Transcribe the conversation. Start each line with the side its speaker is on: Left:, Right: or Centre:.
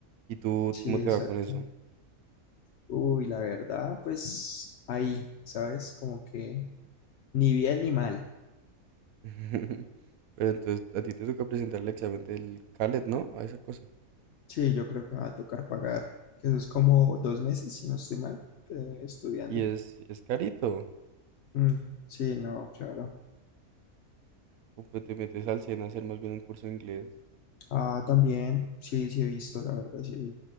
Right: ¿Y tú
Left: Sí,
Right: cómo te
Left: exacto.
Right: va con eso?
Left: Uy, la verdad, pues ahí, ¿sabes? Como que ni bien ni mal.
Right: <laughs> Pero entonces a ti te toca presentar el examen del CALET, ¿no? A esa cosa.
Left: Sí, yo creo que me va a tocar pagar, que eso es como dos meses, si no estoy mal, eh, estudiando.
Right: Y es, es carito.
Left: Mm, sí, no, claro.
Right: O pues te metes al SENA a hacer más bien un curso de inglés.
Left: Ah, también, sí, sí he visto, la verdad, sí he